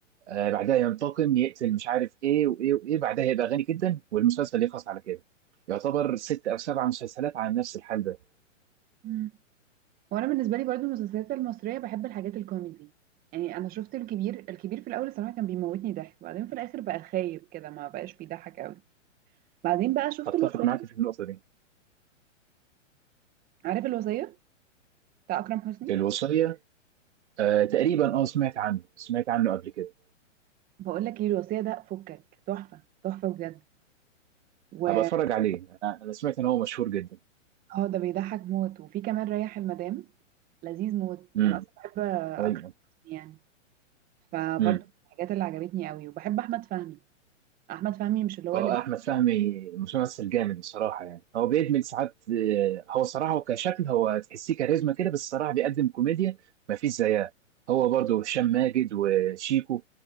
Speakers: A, on the right; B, on the right.
A: آه، بعدها ينتقم يقتل مش عارف إيه وإيه وإيه بعدها يبقى غني جدا والمسلسل يخلص على كده يعتبر ست أو سبع مسلسلات على نفس الحال ده
B: مم. وانا بالنسبه لي برضو المسلسلات المصريه بحب الحاجات الكوميدي يعني انا شفت الكبير الكبير في الاول الصراحه كان بيموتني ضحك بعدين في الاخر بقى خايب كده ما بقاش بيضحك قوي بعدين بقى شفت
A: أتفق
B: الوصيه
A: معاك في النقطة دي
B: عارف الوصيه بتاع اكرم حسني
A: الوصية آه، تقريبا أه سمعت عنه سمعت عنه قبل كده
B: بقول لك ايه الوصيه ده فكك تحفه تحفه بجد و
A: هبقى أتفرج عليه أنا أنا سمعت إن هو مشهور جدا
B: اه ده بيضحك موت وفي كمان ريح المدام لذيذ موت
A: امم
B: انا اصلا بحب اكرم
A: ايوه
B: حسني يعني فبرضو
A: امم
B: من الحاجات اللي عجبتني قوي وبحب احمد فهمي احمد فهمي مش اللي هو
A: اه
B: اللي بي...
A: احمد فهمي ممثل جامد بصراحه يعني هو بيدمج ساعات آه، هو صراحه هو كشكل هو تحسيه كاريزما كده بس صراحه بيقدم كوميديا ما فيش زيها هو برضه هشام ماجد وشيكو